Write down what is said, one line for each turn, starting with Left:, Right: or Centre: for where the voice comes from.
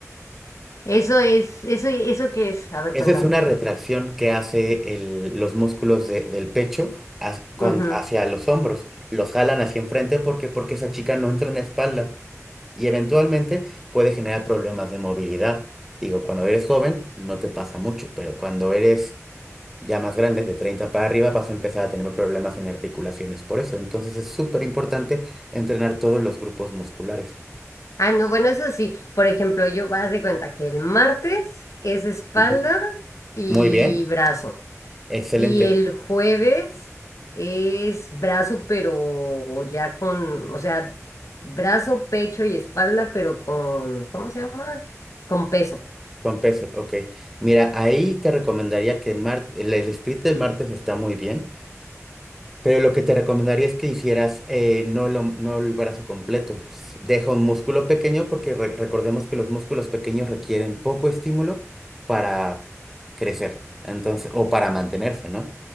Left: Eso es, eso, ¿eso qué es? A ver,
Centre: Esa
Left: cuéntame.
Centre: es una retracción que hace el- los músculos de- del pecho ha- con-
Left: Ujú.
Centre: hacia los hombros. Los jalan hacia enfrente porque, porque esa chica no entra en espalda y eventualmente puede generar problemas de movilidad. Digo, cuando eres joven no te pasa mucho, pero cuando eres ya más grande, de 30 para arriba, vas a empezar a tener problemas en articulaciones. Por eso, entonces es súper importante entrenar todos los grupos musculares.
Left: Ah, no, bueno, eso sí. Por ejemplo, yo haz de cuenta que el martes es espalda
Centre: Ujú.
Left: y
Centre: Muy bien,
Left: brazo.
Centre: excelente.
Left: Y el jueves es brazo, pero ya con, o sea, brazo, pecho y espalda, pero con, ¿cómo se llama? Con peso.
Centre: Con peso, ok. Mira, ahí te recomendaría que mar- el, el split del martes está muy bien, pero lo que te recomendaría es que hicieras eh, no, lo no el brazo completo. S- Deja un músculo pequeño porque re- recordemos que los músculos pequeños requieren poco estímulo para crecer, entonces, o para mantenerse, ¿no?